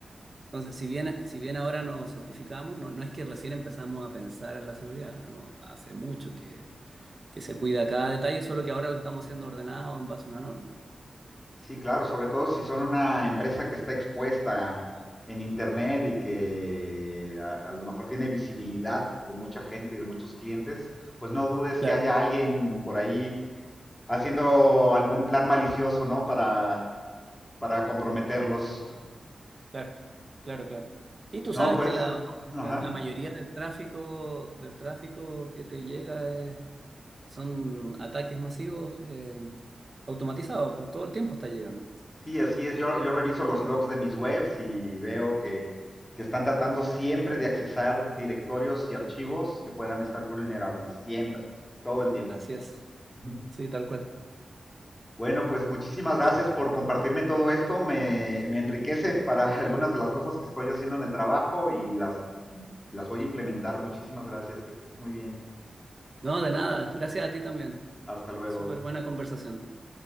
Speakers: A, on the right; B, on the left.
A: Entonces, si bien, si bien ahora nos certificamos, no, no es que recién empezamos a pensar en la seguridad, no, hace mucho que, que se cuida cada detalle, solo que ahora lo estamos haciendo ordenado en base a una norma.
B: Sí, claro, sobre todo si son una empresa que está expuesta en internet y que a, a lo mejor tiene visibilidad de mucha gente y de muchos clientes, pues no dudes
A: Claro,
B: que haya alguien por ahí haciendo algún plan malicioso, ¿no? Para, para comprometerlos.
A: claro, claro, claro. Y tú
B: No,
A: sabes
B: pues,
A: que la,
B: ajá.
A: la, la mayoría del tráfico, del tráfico que te llega es- son ataques masivos eh, automatizados, pues, todo el tiempo está llegando.
B: Sí, así es. Yo,
A: Pero-
B: yo reviso los logs de mis webs y veo que, que están tratando siempre de accesar directorios y archivos que puedan estar vulnerables, siempre, todo el tiempo.
A: Así es,
B: <laughs>
A: sí, tal cual.
B: Bueno, pues muchísimas gracias por compartirme todo esto. Me, me enriquece para <laughs> algunas de las cosas que estoy haciendo en el trabajo y las, las voy a implementar. Muchísimas gracias, que estés muy bien.
A: No, de nada, gracias a ti también.
B: Hasta luego.
A: Súper buena conversación.